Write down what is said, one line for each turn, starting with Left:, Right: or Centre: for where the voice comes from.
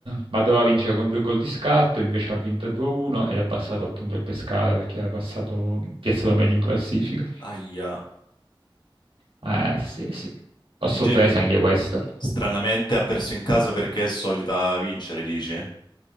Right: ma doveva vincere con due gol di scatto, invece ha vinto 2-1 ed è passato appunto il Pescara perché era passato piazzato meglio in classifica.
Left: Aia.
Right: Eh sì, sì, ho
Left: Dicevi,
Right: sorpresa anche questa.
Left: stranamente ha perso in casa perché è solita vincere, dici?